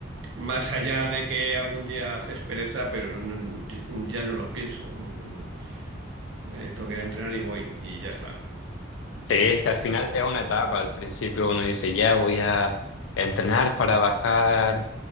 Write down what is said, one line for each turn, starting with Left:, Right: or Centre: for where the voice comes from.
Right: más allá de que algún día haces pereza, pero no- no, ya no lo pienso. Mm, eh, tengo que ir a entrenar y voy y ya está.
Left: Sí, es que al final es una etapa. Al principio uno dice, ya voy a entrenar para bajar